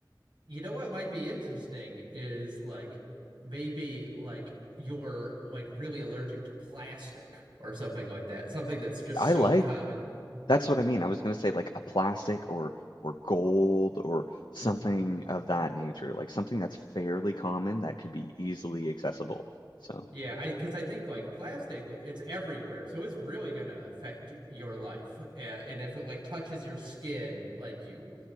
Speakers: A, on the right; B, on the left.
A: You know what might be interesting is like maybe like you're like really allergic to plastic or something like that. Something that's just
B: i
A: so
B: like
A: common.
B: that's what i mean i was going to say like a plastic or or gold or something
A: Mhm.
B: of that nature like something that's fairly common that could be easily accessible so
A: Yeah, I because I think like plastic, it's everywhere, so it's really gonna affect your life. Uh, and if it like touches your skin, like you,